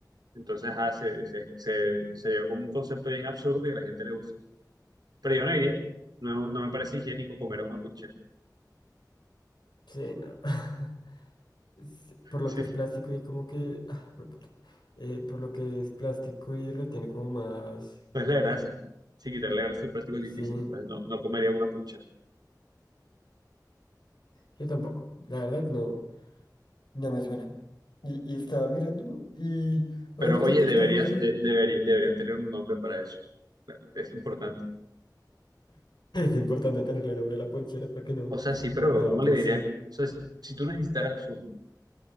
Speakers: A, on the right; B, on the left.
A: Entonces ah, se, se, se, se vio como un concepto bien absurdo y a la gente le gustó. Pero yo no iría. No, no me parece higiénico comer una ponchera.
B: Sí, no. <laughs> Sí, Por lo
A: Sí,
B: que es plástico y como que. ah, jueputa. Eh, por lo que es plástico y retiene como más.
A: pues la grasa. Sí, quitarle la grasa al plástico es difícil.
B: Sí.
A: Entonces no, no comería una ponchera.
B: Yo tampoco. La verdad, no. No me suena. Y, y estaba mirando y ahorita
A: Pero oye,
B: que
A: deberías,
B: estamos a... <laughs>
A: de- debería- deberían tener un nombre para eso. Es importante.
B: Es importante tenerle nombre a la ponchera para que no.
A: O sea, sí, pero
B: No,
A: ¿cómo
B: pues
A: le dirían? O sea, si tú necesitaras uno,